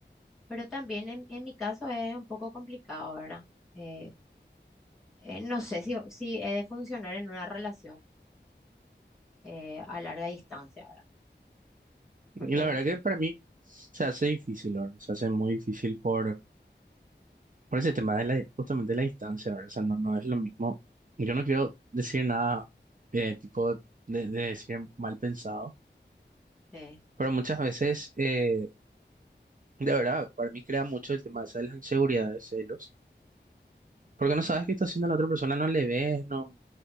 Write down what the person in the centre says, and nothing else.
Pero también en, en mi caso es un poco complicado, ¿verdad? Eh, eh, no sé si, si he de funcionar en una relación eh, a larga distancia, ¿verdad?
Porque
en-
eh,